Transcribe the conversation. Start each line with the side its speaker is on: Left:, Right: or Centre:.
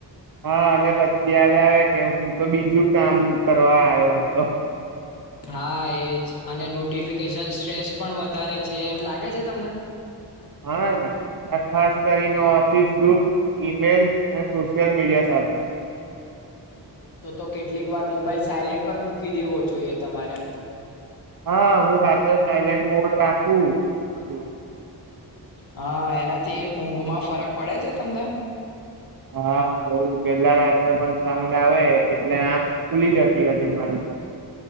Right: હા અને પછી યાદ આવે કે હું તો બીજું કામ કરવા આવ્યો હતો
Left: હા એજ અને નોટિફિકેશન સ્ટ્રેસ પણ વધારે છે એમ લાગે છે તમને
Right: હાને ખાસ કરીને ઓફિસ ગ્રુપ ઈમેલ અને સોશિયલ મીડિયા સાથે
Left: તો તો કેટલીક વાર મોબાઈલ સાયલેન્ટ પર મૂકી દેવો જોઈએ તમારે
Right: હા હું રાત્રો સાયલેન્ટ મોડ રાખું
Left: હા એનાથી ઊંઘ માં ફરક પડે છે તમને
Right: હા બઉ પેલા રાત્રે પણ સાઉન્ડ આવે એટલે આંખ ખુલી જતી હતી મારી તો